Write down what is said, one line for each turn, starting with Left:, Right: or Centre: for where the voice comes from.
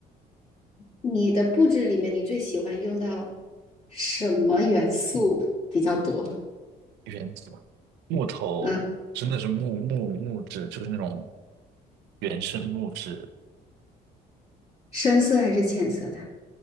Left: 你的布置里面，你最喜欢用到什么元素比较多？
Right: 原木头真的是木木木质，
Left: 嗯，
Right: 就是那种原生木质，
Left: 深色还是浅色的？